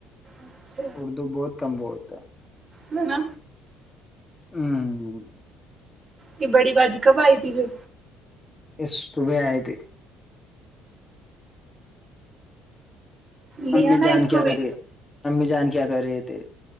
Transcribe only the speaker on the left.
اردو بہت ت بولتے ہے
ہوں
اسس صبح آئے تھ
امی
جان
کیا
کر رہیے امی جان کیا کر رہیے تی